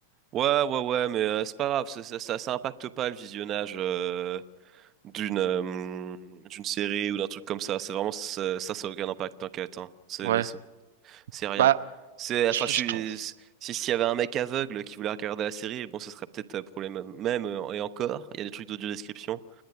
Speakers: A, on the right; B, on the right.
A: ouais, ouais, ouais, mais euh, c'est pas grave, ça, ça, ça, ça impacte pas le visionnage euh, d'une euh, d'une série ou d'un truc comme ça. C'est vraiment ça, ça, ça a aucun impact, t'inquiète. hein. C'est,
B: Ouais.
A: C'est rien.
B: Bah,
A: C'est, enfin,
B: je
A: je suis,
B: je trouve...
A: si, s'il y avait un mec aveugle qui voulait regarder la série, bon, ce serait peut-être un problème même, euh, et encore, il y a des trucs d'audio-description.